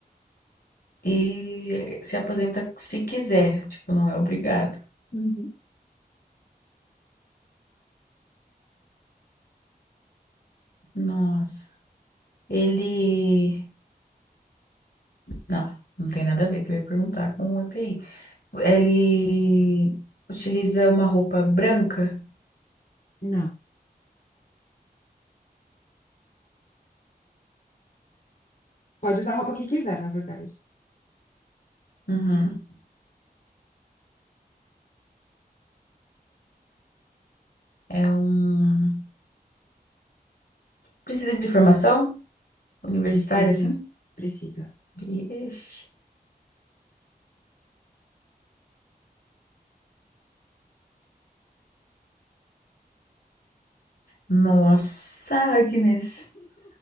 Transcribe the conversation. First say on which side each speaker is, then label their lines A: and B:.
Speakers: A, on the left (about 75°); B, on the left (about 60°).
A: E se aposenta se quiser, tipo, não é obrigado.
B: Uhum.
A: Nossa. Ele. Não, não tem nada a ver que eu ia perguntar com o EPI. Ele utiliza uma roupa branca?
B: Não. Pode usar a roupa que quiser, na verdade.
A: Uhum. É um. Precisa de formação universitária,
B: Precisa.
A: assim?
B: Precisa.
A: Vixe. Nossa, Agnes.